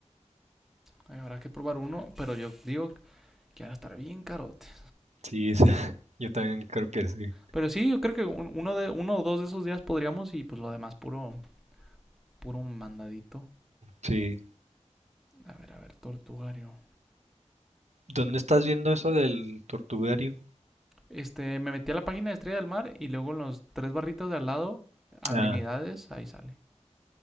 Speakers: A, in the centre; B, on the right.
A: Ay, Habrá que probar uno, pero yo digo que van a estar bien carotes.
B: Sí, es- <laughs> yo también creo que sí.
A: Pero sí, yo creo que uno, de, uno o dos de esos días podríamos y pues lo demás puro, puro mandadito.
B: Sí.
A: A ver, a ver, Tortugario.
B: ¿Dónde estás viendo eso del tortugario?
A: Este, me metí a la página de Estrella del Mar y luego en los tres barritas de al lado, amenidades,
B: Ah,
A: ahí sale.